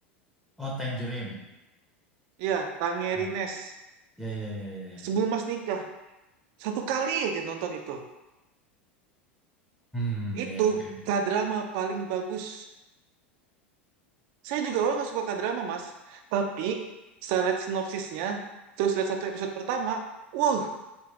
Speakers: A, in the centre; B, on the right (about 55°).
A: Oh Tangerine.
B: Ya, Tangerines.
A: Oh, ya ya ya ya ya.
B: Sebelum
A: ya.
B: Mas nikah, satu kali aja nonton itu.
A: Hmm,
B: Itu
A: ya oke.
B: kadrama paling bagus. Saya juga awalnya nggak suka kadrama, Mas. Tapi saya lihat sinopsisnya, terus lihat satu episode pertama, wow,